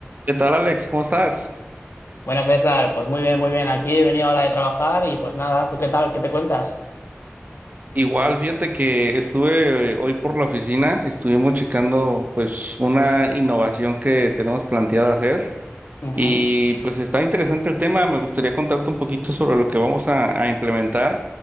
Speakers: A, on the right; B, on the left.
A: ¿Qué tal, Alex? ¿Cómo estás?
B: Buenas César, pues muy bien, muy bien. Aquí he venido ahora de trabajar y pues nada, ¿tú qué tal? ¿Qué te cuentas?
A: Igual, fíjate que estuve eh, hoy por la oficina, estuvimos checando pues una innovación que tenemos planteada hacer
B: Ujú.
A: y pues está interesante el tema, me gustaría contarte un poquito sobre lo que vamos a, a implementar